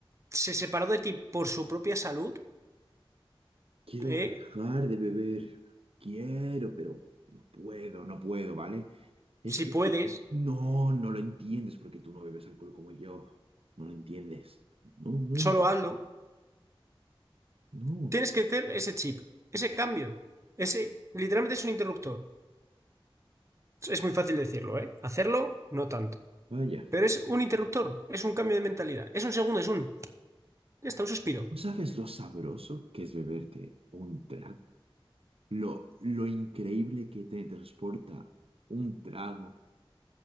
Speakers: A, on the right; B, on the right.
A: se separó de ti por su propia salud,
B: Quiero
A: ¿eh?
B: dejar de beber. Quiero, pero no puedo, no puedo, ¿vale? Es
A: Si
B: que
A: puedes,
B: no, no lo entiendes porque tú no bebes alcohol como yo. No lo entiendes. No, no,
A: solo
B: en-
A: hazlo.
B: no.
A: Tienes que hacer ese chip, ese cambio. Ese literalmente es un interruptor. Es muy fácil decirlo, ¿eh? Hacerlo, no tanto.
B: Vaya.
A: Pero es un interruptor, es un cambio de mentalidad. Es un segundo, es un. Ya está, un suspiro.
B: ¿No sabes lo sabroso que es beberte un trago? Lo, lo increíble que te transporta un trago.